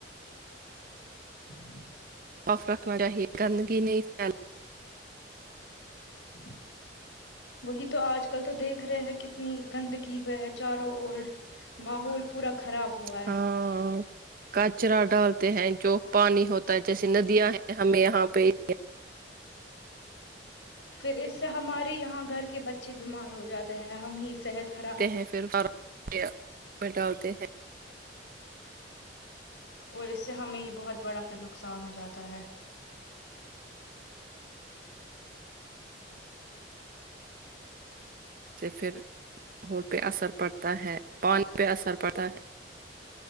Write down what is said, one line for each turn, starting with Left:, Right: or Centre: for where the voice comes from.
Left: <inaudible> جی
Right: صاف رکھنا چاہیے گندگی نہیں فھیل
Left: ج وہی تو آج کل تو دیکھ رہے ہیں کتنی گندگی ہے چاروں اور ماحول پورا خراب ہوا ہے
Right: ہاں کچرا ڈالتے ہیں جو پانی ہوتا ہے جیسے ندیاں ہیں ہمیں یہاں پہ <unintelligible>
Left: پھر اس سے ہمارے یہاں گھر کے بچے بیمار ہو جات ہم ہی صحت خراب <unintelligible>
Right: ہیں فر فهر یہ میں ڈالتے ہیں
Left: اور اس سے ہمیں ہی بہت بڑا پھر نقصان ہو جاتا ہے
Right: جٹھ <inaudible> سے پھر ماحول پہ اثر پڑتا ہے پانی پہ اثر پڑتا ہے <unintelligible>